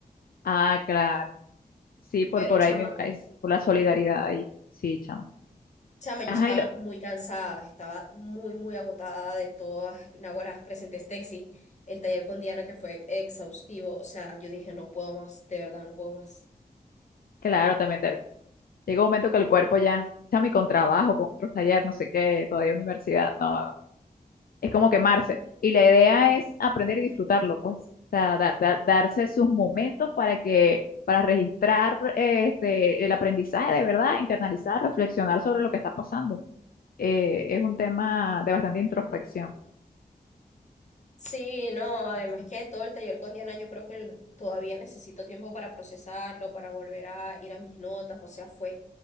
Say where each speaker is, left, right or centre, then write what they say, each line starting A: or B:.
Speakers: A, on the left; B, on the left.
A: Ah, claro. Sí, por,
B: Pero
A: por
B: chama,
A: ahí, mi país, por la solidaridad ahí. Sí, chao.
B: chama, yo
A: Ajá,
B: estaba
A: y lo,
B: muy cansada, estaba muy, muy agotada de todas, Naguará, presenté tesis, el taller con Diana que fue exhaustivo, o sea, yo dije, no puedo más, de verdad, no puedo más.
A: claro, también Llega un momento que el cuerpo ya, chami, con trabajo, con otros talleres, no sé qué, todavía universidad, no, es como quemarse. Y la idea es aprender y disfrutarlo, pues. O sea, dar- dar- darse sus momentos para que, para registrar eh, este, el aprendizaje de verdad, internalizar, reflexionar sobre lo que está pasando. Eh, es un tema de bastante introspección.
B: Sí, no, además que todo el taller con Diana, yo creo que el- todavía necesito tiempo para procesarlo, para volver a ir a mis notas, o sea, fue